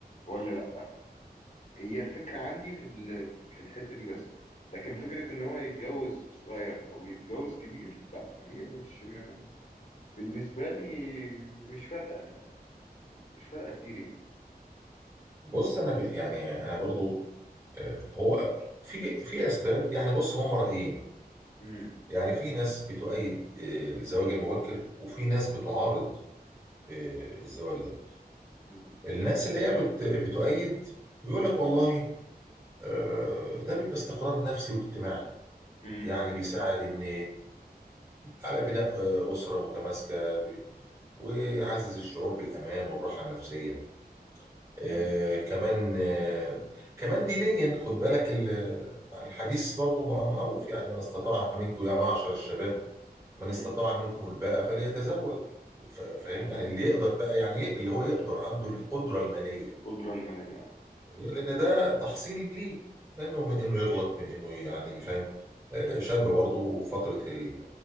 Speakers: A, on the left; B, on the right.
A: ولا لأ هي الفكرة عندي في ال... في الحتة دي بس لكن فكرة إن هو يتجوز صغير أو يتجوز كبير لا هي مش م... بالنسبة لي مش فارقة يعني مش فارقة كتير يعني
B: بص انا ب... يعني انا برضه آه، هو في في اسباب يعني بص هم رايين
A: مم.
B: يعني في ناس بتؤيد آه، الزواج المبكر وفي ناس بتعارض آه، الزواج ده
A: مم.
B: الناس اللي هي بت بتؤيد بيقول لك والله آه، ده بيبقى استقرار نفسي واجتماعي
A: مم.
B: يعني بيساعد ان على بناء آه، أسرة متماسكة بي- ويعزز الشعور بالأمان والراحة النفسية آه،
A: مم.
B: كمان آه، كمان دينيا خد بالك ال- الحديث برضو مع- معروف يعني من استطاع منكم يا معشر الشباب من
A: مم.
B: استطاع منكم الباءة فليتزوج ف- فاهم
A: تمام
B: يعني اللي يقدر بقى يعني ي- اللي هو يقدر عنده القدرة المالية
A: قدرة المالية آه.
B: لان ده تحصين ليه منه من انه يغلط من انه يعني فاهم آه،
A: مم.
B: شاب برضه فتره ال-